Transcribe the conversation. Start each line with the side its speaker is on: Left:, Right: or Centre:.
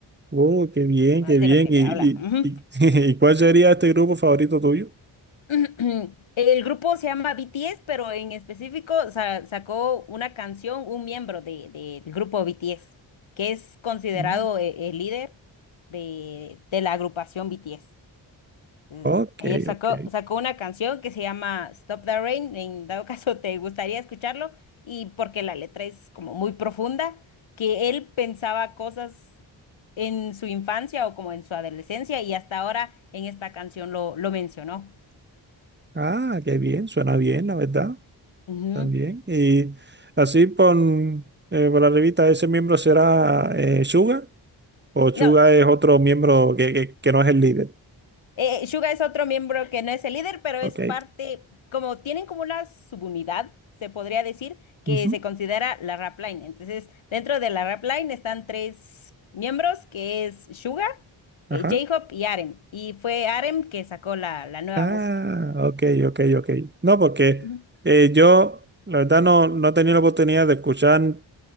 Right: Oh, qué bien,
Left: más
Right: qué
Left: de
Right: bien.
Left: lo que
Right: ¿Y,
Left: le
Right: y,
Left: habla. Ujú.
Right: y, <laughs> ¿y cuál sería este grupo favorito tuyo?
Left: <clears throat> El grupo se llama BTS, pero en específico sa- sacó una canción, un miembro de, de- del grupo BTS, que es considerado
Right: Mm.
Left: e- el, líder de, de la agrupación BTS. Mm,
Right: Ok,
Left: Ayer sacó,
Right: ok.
Left: sacó una canción que se llama Stop the Rain, en dado <laughs> caso te gustaría escucharlo, y porque la letra es como muy profunda, que él pensaba cosas en su infancia o como en su adolescencia, y hasta ahora en esta canción lo, lo mencionó.
Right: Ah, qué bien, suena bien, la verdad.
Left: Ujú.
Right: También. Y así por, eh, por la revista, ¿ese miembro será eh, Suga? ¿O Suga
Left: No,
Right: es otro miembro que, que que no es el líder?
Left: eh, Suga es otro miembro que no es el líder, pero
Right: Ok.
Left: es parte, como tienen como una subunidad, se podría decir, que
Right: ujú,
Left: se considera la rap line. Entonces, dentro de la rap line están tres miembros, que es Suga,
Right: Ajá.
Left: eh, J-Hope y Arem. Y fue Arem que sacó la, la nueva
Right: Ah,
Left: música.
Right: ok, ok, ok. No, porque
Left: Ujú,
Right: eh, yo, la verdad, no, no he tenido la oportunidad de escuchar